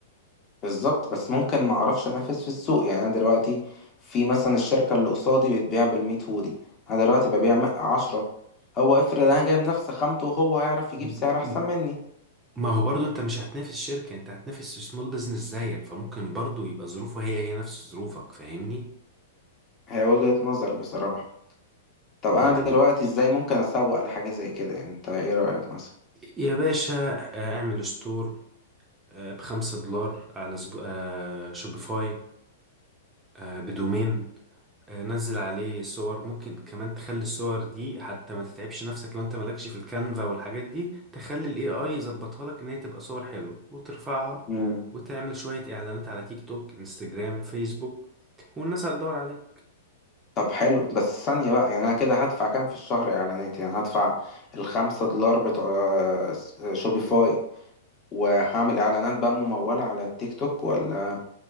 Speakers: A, on the left; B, on the right.
A: بالظبط بس ممكن ما اعرفش انافس في السوق يعني انا دلوقتي في مثلا الشركه اللي قصادي بتبيع بالميت هودي انا دلوقتي ببيع م- عشرة هو افرض انا جايب نفس خامته وهو هيعرف يجيب
B: م-
A: سعر احسن
B: م-
A: مني
B: ما هو برضو انت مش هتنافس شركة انت هتنافس سمول بزنس زيك فممكن برضو يبقى ظروفه هي هي نفس ظروفك فاهمني
A: هي وجهة نظر بصراحه طب
B: يعني
A: انا دلوقتي ازاي ممكن اسوق لحاجه زي كده يعني انت ايه رايك مثلا
B: يا باشا آه، اعمل ستور آه، بخمسة دولار على سب... آه، شوبيفاي آه، بدومين آه، نزل عليه صور ممكن كمان تخلي الصور دي حتى ما تتعبش نفسك لو انت مالكش في الكانفا والحاجات دي تخلي الاي اي يظبطها لك ان هي تبقى صور حلوة وترفعها
A: امم
B: وتعمل شوية اعلانات على تيك توك انستجرام فيسبوك والناس هتدور عليه
A: طب حلو بس ثانيه بقى يعني انا كده هدفع كام في الشهر اعلانات يعني هدفع الخمسة دولار بتوع آه، س- آه، شوبيفاي وهعمل اعلانات بقى ممولة على التيك توك ولا